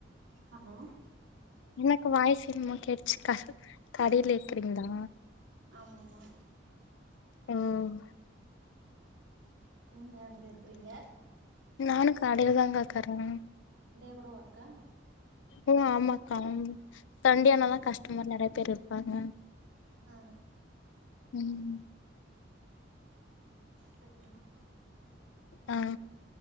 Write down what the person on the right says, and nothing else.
ஹலோ
ஆமாமா
ங்க எங்க இருக்கிறீங்க
கூடொ ஒர்க்கா
ஆ
ஆ
சரிம்மா